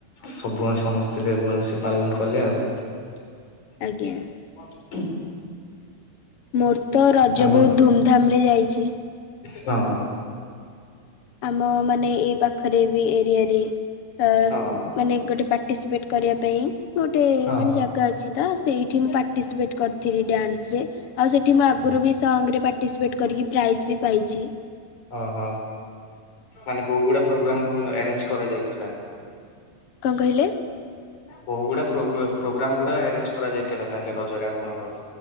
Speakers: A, on the left; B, on the left.
A: ସବୁବେଳେ ସମସ୍ତେ ଭଲ ସେ ପାଲନ କଲେ ଆଉ।
B: ଆଜ୍ଞା। ମୋର୍ ତ ରଜ
A: ଆଉ
B: ବହୁତ ଧୁମଧାମ ରେ ଯାଇଛି।
A: ହଁ।
B: ଆମ ମାନେ ଏଇ ପାଖରେ ବି ଏରିଆରେ <unintelligible>
A: ହଁ
B: ମାନେ ଗୋଟେ ପାର୍ଟିସିପେଟ କରିବା ପାଇଁ ଗୋଟେ
A: ହଁ
B: ମାନେ ଜା ଅଛି ତ ସେଇଠି ମୁଁ ପାର୍ଟିସିପେଟ କରିଥିଲି ଡାନ୍ସରେ ଆଉ ସେଠି ମୁଁ ଆଗରୁ ବି ସଙ୍ଗରେ ପାର୍ଟିସିପେଟ୍ କରିକି ପ୍ରାଇଜ୍ ବି ପାଇଛି।
A: ଓହୋ ମାନେ ବହୁ ଗୁଡ଼ା ପ୍ରୋଗ୍ରାମ୍ ଆରେଞ୍ଜ କରାଯାଇଥିଲା।
B: କଣ କହିଲେ?
A: ବହୁ ଗୁଡା ପ୍ରୋଗ୍ରାମ ଗୁଡା ଆରେଞ୍ଜ କରାଯାଇଥିଲା ତାହଲେ ରଜରେ ଆପଣଙ୍କ?